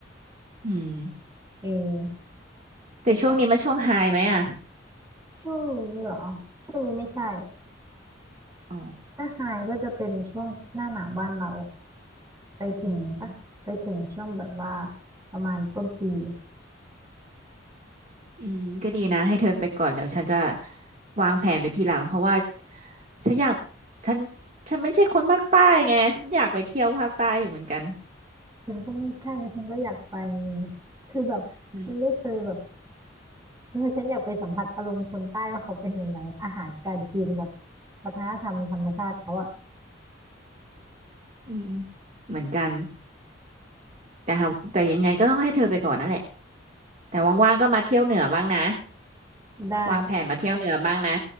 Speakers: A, on the right; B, on the right.
A: อืม
B: เออ
A: แต่ช่วงนี้มันช่วงไฮไหมอ่ะ
B: มันก็ช่วงนี้เหรอช่วงนี้ไม่ใช่
A: อ๋อ
B: ถ้าไฮก็จะเป็นช่วงหน้าหนาวบ้านเราไปถึงปะไปถึงช่วงแบบว่า
A: อืม
B: ประมาณต้นปี
A: อืมก็ดีนะให้เธอไปก่อนแล้วฉันจะวางแผนไปทีหลังเพราะว่าฉันอยากฉันฉันไม่ใช่คนภาคใต้ไงฉันอยากไปเที่ยวภาคใต้อยู่เหมือนกัน
B: ฉันก็ไม่ใช่ฉันก็อยากไปนี่คือแบบฉันไม่เคยแบบ
A: อื
B: เออฉันอยากไปสัมผัสอารมณ์คนใต้ว่าเขาเป็นยังไงอาหารการกินแบบวัฒนธรรมธรรมชาติเขาอะ
A: อืมเหมือนกันแต่หาแต่ยังไงก็ต้องให้เธอไปก่อนนั่นแหละแต่ว่างๆก็มาเที่ยวเหนือบ้างนะ
B: ได้
A: วางแผนมาเที่ยวเหนือบ้างนะ